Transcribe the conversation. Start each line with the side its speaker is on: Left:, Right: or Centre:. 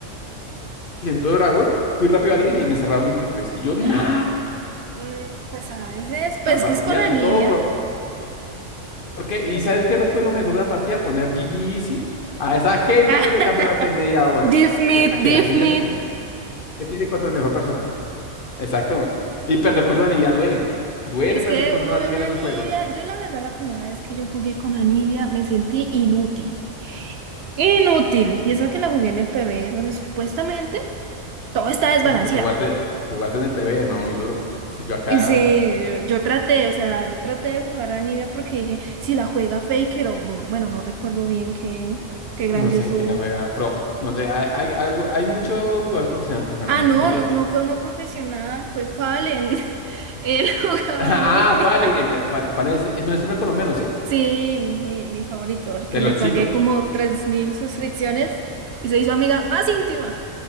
Left: haciendo Dragón, fui rápido al líder y me, me encerraron entre tres Y yo, nada,
Right: Ah, mm, Pues a veces, pues
Left: la partida,
Right: que es con Anivia.
Left: y todo por, ¿por qué? ¿Y
Right: pues
Left: sabes qué lo fue lo mejor de la partida? Poner GG Easy a esa gente
Right: <laughs>
Left: que me cambió durante media hora.
Right: Diff Meat,
Left: Es que, ¿a qué?
Right: Diff
Left: ¿Anime
Right: Meat.
Left: qué tiene? ¿Qué tiene contra el mejor personaje? Exacto. Y perder contra una niña duele. Duele
Right: Es
Left: perder
Right: que
Left: contra
Right: uno
Left: una
Right: ve
Left: niña
Right: una
Left: en esos
Right: Nivea.
Left: juegos.
Right: Yo, la verdad, la primera vez que yo jugué con la Nivea me sentí inútil. Inútil. Y eso que la jugué en el PB, donde supuestamente todo está desbalanceado.
Left: Uy, pero tú jugaste, tú jugaste en el PB, no muy duro. Si yo acá,
Right: Y sí, yo, yo traté, o sea, yo traté de jugar a Nivea porque dije, si la juega Faker o, no- bueno, no recuerdo bien qué, qué grandioso.
Left: no sé quién la juega, Frog. No sé, hay, hay, algo, hay muchos jugadores profesionales que juegan
Right: Ah,
Left: a Nibia.
Right: no,
Left: Nibia
Right: no,
Left: es un-
Right: no fue uno profesional, fue Fallen. <laughs> Él jugaba
Left: <laughs> Ah,
Right: a Nivea.
Left: Fallen. eh, Fallen, Fallen es, es un streamer colombiano, ¿sí?
Right: Sí, mi, mi favorito, el
Left: De
Right: que le
Left: LOLcito.
Right: pagué como 3.000 suscripciones y se hizo amiga más íntima.